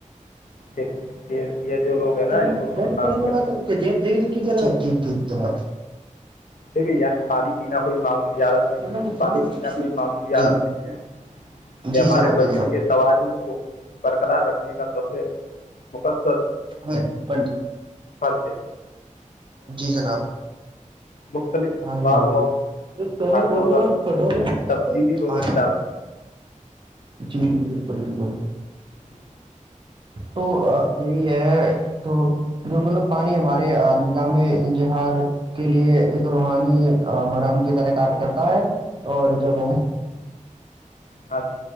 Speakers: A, on the left; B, on the right.
A: د یہ جو لوگ ہیں نا
B: تو
A: ان کو تھوڑا
B: جیسے
A: شانت
B: تند
A: کرنا
B: بادات د کی طر کی ک توار
A: دیکے یعنی پانی پینا کوئی معمولی عادت نہیں
B: بولو
A: ہے پانی
B: تو
A: پینا کوئی معمولی عادت
B: جی
A: نہیں ہے یہ
B: جی
A: ہمارے
B: جناب
A: بجود
B: جی جناب
A: کے توازن کو برقرار رکھنے کا سب سے مقصر
B: ہ پن
A: خر سےے
B: جی جناب
A: مختلف
B: ہاں
A: اسباب
B: جی ہاں جی
A: اور
B: جو
A: فائدوں
B: بول رہو
A: پر
B: آپ
A: تفصیلی
B: کو
A: روشنی ڈالتے ہیں
B: جی جی بالکل بالکل
A: جی
B: تو یہی ہے تو جو مطلب پانی ہمارے نگاہ انظہار کے لیے ایک روحانی مرم کی طرح کار کرتا ہے اور جگوں
A: ااںھا